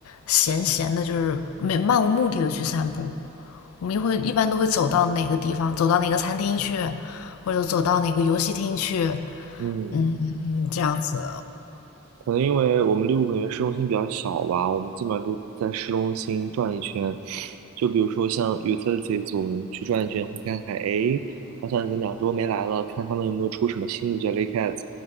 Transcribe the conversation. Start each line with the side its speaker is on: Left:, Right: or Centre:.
Left: 闲闲的，就是没漫无目的的去散步，我们一会一般都会走到哪个地方，走到哪个餐厅去，或者走到哪个游戏厅去，
Right: 嗯。
Left: 嗯，这样子。
Right: 可能因为我们利物浦因为市中心比较小吧，我们基本上就在市中心转一圈。就比如说像 utilities，我们去转一圈，会看看，诶，好像已经两周没来了，看他们有没有出什么新的 Jellycat，